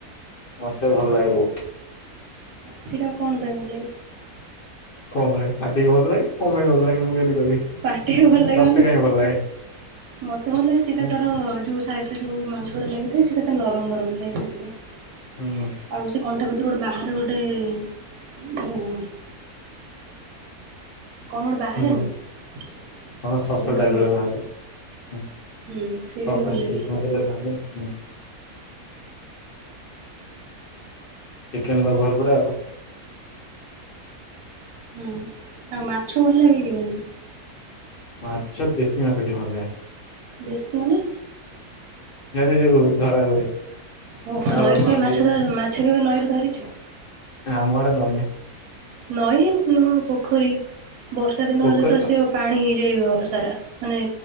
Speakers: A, on the left; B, on the right.
A: ମତେ ଭଲ ଲାଗେ ବହୁତ୍।
B: ସେଇଟା କଣ ପାଇଁ ଭଲ ଲାଗେ?
A: କଣ ପାଇଁ, ପାଟିିକି ଭଲ ଲାଗେ କଣ ପାଇଁ ଭଲ ଲାଗେ ମୁଁ କେମିତି କହିବି?
B: ପାଟିକି ଭଲ ଲାଗିବନି
A: ତତେ କାହିଁ ଭଲ ଲାଗେ?
B: ମତେ ଭଲ ଲାଗେ, ସେଇଟା
A: ହୁଁ
B: ତାର ଯୋଉ <unintelligible> ଯୋଉ ମାଂସ ଗୁଡା ଲାଗିଥାଏ, ସେଟା ନରମ ନରମ ଥାଏ ସେଥିପାଇଁ।
A: ହୁଁ
B: ଆଉ ସେ କଣ୍ଟା ଗୋଟେ ବାହାରେ ଗୋଟେ <unintelligible> କଣ ଗୋଟେ ବାହାରେନି?
A: ହୁଁ ହଁ ଶ୍ୱାସ
B: ଗୁଣ୍ଡ
A: ଟାଇପର
B: ଗୁଣ୍ଡ
A: ବାହାରେ, ହୁଁ ଶ୍ୱାସ।
B: ହୁଁ ସେଇଟା ବି ଭଲ ଲାଗେ।
A: <unintelligible> ଚିକେନ୍ ଲଭର୍ ପୁରା ଆଉ।
B: ହୁଁ ଆଉ ମାଛ ଭଲ ଲାଗେ କି ନାହିଁ?
A: ମାଛ ଦେଶି ମାଛ ଟିକେ ଭଲ ଲାଗେ।
B: ଦେଶୀ ମାନେ?
A: ଆରେ ଯୋଉ ଧରା ହୁଏ
B: ଓ ହୋ
A: ନାଳ
B: ନଈରୁ
A: ନଦୀ
B: କେବେ ମାଛ ଧର ମା ମାଛ କେବେ ନଈରୁ ଧରିଛୁ?
A: ଆମ ଆଡେ ନଈ ନାହିଁ।
B: ନଈ ନୁହଁ ପୋଖରୀ। ବର୍ଷାଦିନ
A: ପୋଖରୀ
B: ହେଲେ ତ ସେ ପାଣି ହେଇଯାଏ ଘର ସାରା, ମାନେ